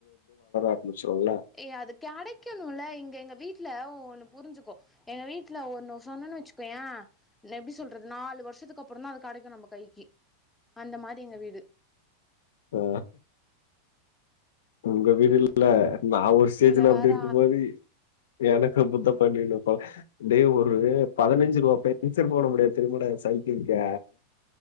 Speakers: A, on the left; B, in the centre.
A: <unintelligible> சொல்ல
B: ஏய் அது கெடைக்கணுல்ல எங்க எங்க வீட்டுல ஒன்னு புரிஞ்சுக்கோ எங்க வீட்டுல ஒன்னு சொன்னன்னு வச்சுக்கோய எப்டி சொல்றது நாலு வருஷத்துக்கு அப் றந்தா அது கெடைக்கு நம்ம கைக்கு அந்த மாரி எங்க வீடு
A: ஆ உங்க வீடு
B: ம்
A: இல்ல
B: ம்
A: நா ஒரு ஸ்டேஜ்ல
B: இதுல
A: அப்டி
B: வேற
A: இருக்கு போது எனக்கு அப்டித்தா பண்ணினுப்பாங் டே ஒரு பதினஞ்சுரூபா பென்சர் போட முடியாது தெரியுமாடா என் சைக்கிளுக்கு